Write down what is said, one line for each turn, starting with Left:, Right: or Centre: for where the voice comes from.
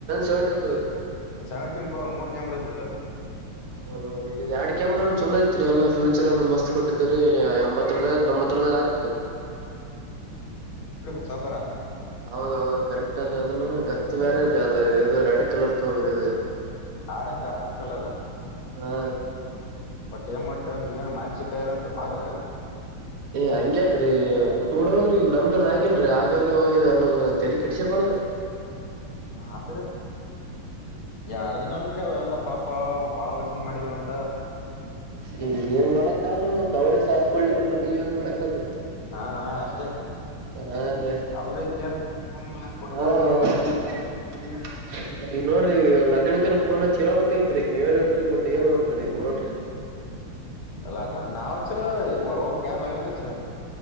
Right: ಸೆವೆಂಟೀನ್ದು
Left: ಸೆವೆಂಟೀನ್ ಪ್ರೋ ಮೂರ್ ಕ್ಯಾಮರಾ ಇಐತದ
Right: ಹೌದೌದು ಇದು ಎರಡ್ ಕ್ಯಾಮ್ರಾ ಚಲೋ ಇಐತ್ರಿ ಎಲ್ಲ ಫ್ಯೂಚರ್ ಅದ ಮಸ್ತ್ ಕೊಟ್ಟಿದ್ದ ಎಂಬತ್ತ ರದ ತೊಂಬತ್ತ ರದಾಯತತ
Left: ಹೊಸಕರ
Right: ಹೌದದ್ರೀ ಕರೆಕ್ಟ್ ಅ ಆದ್ರೆ ಅದನ್ನ ಗತ್ ಬೇರೆ ರೀ ಅದ ಇ ರೆಡ್ ಕಲರ್ ತೊಗಂಬ್ರಿ ಇದು
Left: ಆರೆಂಜ್ ಆರೆಂಜ್ ಕಲರ್
Right: ಹಾ
Left: ಬಟ್ ಏನ್ ಮಾಡ್ತೇವೆಗಏ ಮಾನ್ಸಿಕ ದಂತ ಪಾರಗ
Right: ಏ ಹಂಗ್ಯಾಕ್ರಿ ಬಿುಟ್ಟ ಬಿುಡ ಹೋಗ್ರಿ ಈಗ ನಮ್ದನ್ ಆಗಿಲ್ರರಿ ಆಗದ ಹೋಗ್ಯದ ಎಲ್ಲ ತೆರಿ ಕಿಡ್ಸಿಬಾರಡ್ದ
Left: <unintelligible> <inaudible> ಆತ್ರಿ ಎಾರ್ ದಿನ ಅಲ್ರಿ ಅವ ಎಲ್ಲ ಪಾಪ ಬಾಳರ್ಷ ನ್ ಮಾಡಿದವ ಅಂತ
Right: ಈ ಏನ್ ಮಾಡಕ ಅಂದ್ರ ಮತ್ ಅವ್ರೇ ಸಾತ್ಕಡ್ಲಿಕ್ಕಪ್ಪ ನೀವ ಏನ್ ಮಾಡಕಂದ್ರ
Left: ಹಾ ಹ ಅಷ್ಟೇ
Right: ಹಾ ರ
Left: ಅವ್ರೇ ಕೇರ್ ಬಿಟ್ಬಿಡ್ಬೇಕು
Right: ಹಾ ಬ ಈಗ ನೋಡ್ರಿ ಈ ಲಗ್ನಕ್ಕನ್ ಪೋನ ಕೇಳಳ್ಬೇಕ ಇದತ್ ಮಈಗ ಕೇಳಿಲ್ರಿ ಬಟ್ ಏನ್ ಮಾಡ್ತರಿ ಈಗ ನೋಡ್ರಿ
Left: ಲಣ ನಾವು ಹಚ್ಚರ ಒಬ್ಬ ಗಾನ ಲಗಣಕ್ಕೆಚ್ಚರ